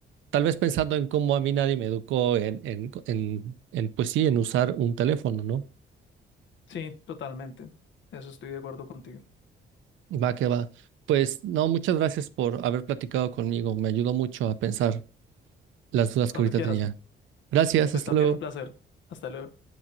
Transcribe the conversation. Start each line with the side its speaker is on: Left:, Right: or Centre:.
Right: Tal vez pensando en cómo a mí nadie me educó en, en, en, en pues sí, en usar un teléfono, ¿no?
Left: Sí, totalmente. Eso estoy de acuerdo contigo.
Right: Va que va. Pues no, muchas gracias por haber platicado conmigo. Me ayudó mucho a pensar las dudas
Left: Cuando
Right: que ahorita
Left: quieras.
Right: tenía. Gracias,
Left: Fue
Right: hasta
Left: también
Right: luego.
Left: un placer. Hasta luego.